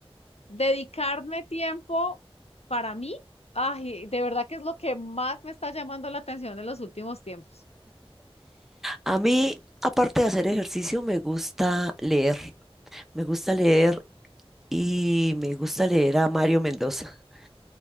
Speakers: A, on the left; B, in the centre.
A: dedicarme tiempo para mí, ay, de verdad que es lo que más me está llamando la atención en los últimos tiempos.
B: A mí, aparte de hacer ejercicio, me gusta leer. Me gusta leer y me gusta leer a Mario Mendoza.